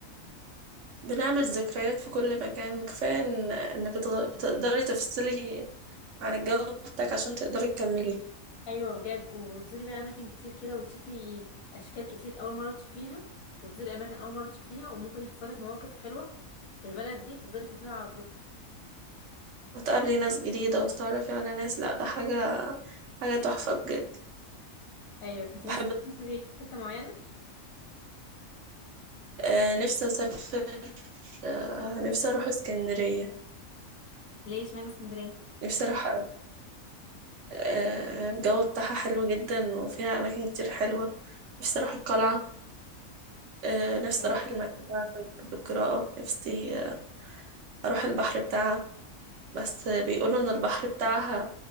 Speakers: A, on the right; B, on the left.
A: بنعمل ذكريات في كل مكان كفاية ان إن بتغ... بتقدري تفصلي عن الجو بتاعك عشان تقدري تكملي
B: أيوة بجد وبتزوري بقى أماكن كتير كده وتشوفي أشكال كتير أول مرة تشوفيها وتزوري أماكن أول مرة تشوفيها وممكن يحصلك مواقف حلوة في البلد دي تفضلي فاكراها على طول فيها
A: وتقابلي ناس جديدة وتتعرفي على ناس لا ده حاجة حاجة تحفة بجد
B: أيوة انت
A: بحب
B: نفسك تسافري في حتة معينة
A: آه نفسي أسافر آه نفسي أروح اسكندرية
B: ليش اشمعنى اسكندرية؟
A: نفسي أروح أوي. آه الجو بتاعها حلو جدا وفيها أماكن كتير حلوة نفسي أروح القلعة آه نفسي
B: أوي.
A: أروح المكتبة عشان بحب القراءة نفسي آه، أروح البحر بتاعها بس بيقولوا إن البحر بتاعها